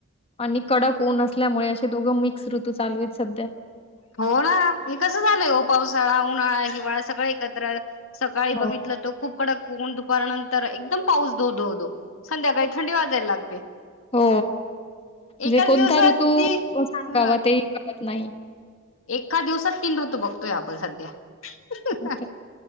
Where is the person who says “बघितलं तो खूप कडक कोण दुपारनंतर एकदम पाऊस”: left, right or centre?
Left